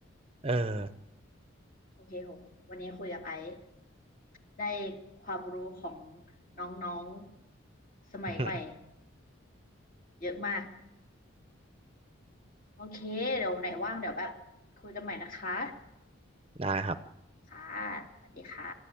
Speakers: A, on the right; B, on the left.
A: เออ
B: โอเคโหวันนี้คุยกับไอซ์ได้ความรู้ของน้องๆสมัยใหม่
A: <laughs>
B: เยอะมาก โอเค เดี๋ยวไหนว่างเดี๋ยวแบบคุยกันใหม่นะคะ
A: ได้ครับ
B: ค่ะสวัสดีค่ะ